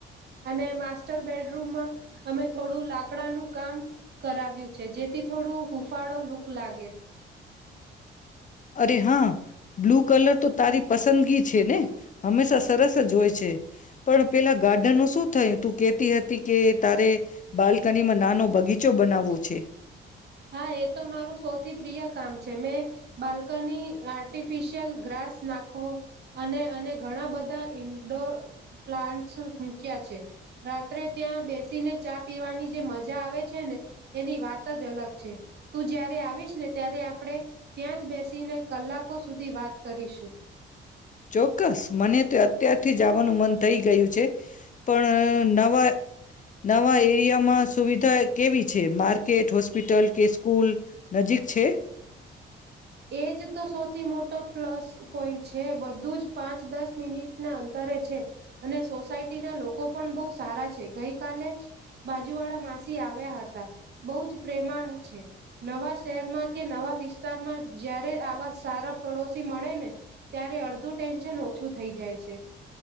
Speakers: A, on the right; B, on the left.
A: અને માસ્ટર બેડરૂમમાં, અમે થોડું લાકડાનું કામ કરાવ્યું છે જેથી થોડું હૂફાળો લુક લાગે.
B: અરે હા, બ્લુ કલર તો તારી પસંદગી છે ને? હંમેશા સરસ જ હોય છે, પણ પેલા ગાર્ડનનું શું થયું તું કેતી હતી કે તારે, બાલ્કનીમાં નાનો બગીચો બનાવવો છે.
A: હા એ તો મારું સૌથી પ્રિય કામ છે મેં બાલ્કની આર્ટિફિશિયલ ગ્રાસ નાખો અને અને ઘણા બધા ઇન્ડોર પ્લાન્ટસ મૂક્યા છે રાત્રે ત્યાં બેસીને ચા પીવાની જે મજા આવે છે ને એની વાત જ અલગ છે તું જયારે આવીશ ને ત્યારે આપણે ત્યાં જ બેસીને કલાકો સુધી વાત કરીશું
B: ચોક્કસ મને તો અત્યારથી જ આવવાનું મન થઈ ગયું છે પણ નવા નવા એરિયામાં સુવિધા કેવી છે માર્કેટ હોસ્પિટલ કે સ્કૂલ નજીક છે
A: એજ તો સૌથી મોટો પ્લસ પોઈન્ટ છે બધું જ પાંચ દસ મિનિટના અંતરે છે અને સોસાયટીના લોકો પણ બહુ સારા છે ગઈ કાલે જ બાજુવાળા માસી આવ્યા હતા બહુ જ પ્રેમાળ છે નવા શહેરમાં કે નવા વિસ્તારમાં જયારે આવા સારા પડોશી મળે ને ત્યારે અડધું ટેન્શન ઓછું થઈ જાય છે